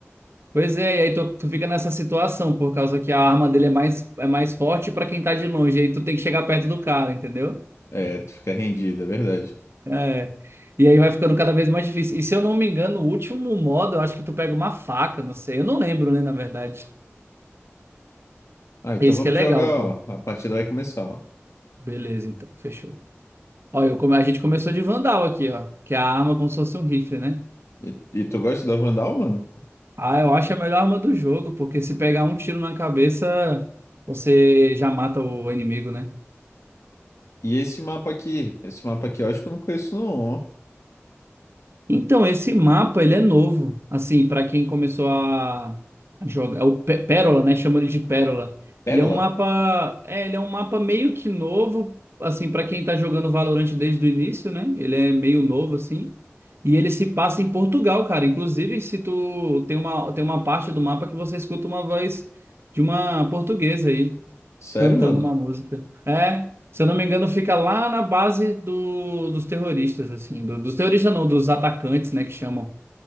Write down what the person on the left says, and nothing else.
É, tu fica rendido, é verdade.
Ah, então
vamos
jogar, ó.
A partida vai começar, ó.
E, e tu gosta da Vandal, mano?
E esse mapa aqui? Esse mapa aqui eu acho que eu não conheço, não, ó.
Pérola.
Sério,
mano?